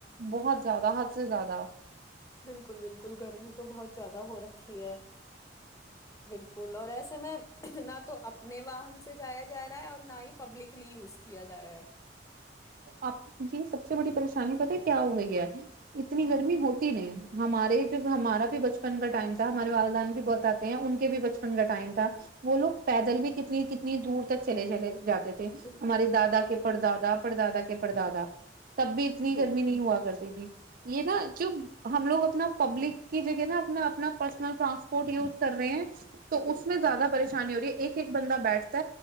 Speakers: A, on the right; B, on the left.
A: بہت زیادہ حد سے زیادہ
B: بالکل بالکل گرمی تو بہت زیادہ ہو رکھی ہے بالکل اور ایسے میں نہ تو اپنے واہن سے جایا جا رہا ہے اور نہ ہی پبلکلی یوز کیا جا رہا ہے
A: آپ جی سب سے بڑی پریشانی بت کیا ہو گئی ہے اتنی
B: ہے
A: گرمی ہوتی نہیں ہمارے جو ہمارا بھی بچپن کا ٹائم تھا ہمارے والدہان بھی بہت آتے ہیں ان کے بھی بچپن کا ٹائم تھا وہ لوگ پیدل بھی کتنی اتنی دور تک چلے چلے جاتے
B: بالکل
A: تھے ہمارے دادا کے پردادا پڑدادا کے پرڑدادا تب بھی اتنی
B: بالکل
A: گرمی نہیں ہوا کرتی تھی یہ نا ج ہم لوگ اپنا پبلک کی جگہ نا اپنا اپنا پرسنل ٹرانسپورٹ یوز کر رہے ہیں تو
B: بالکل
A: اس میں زیادہ پریشانی ہو رہی ہے ایک ایک بندہ بیٹھتا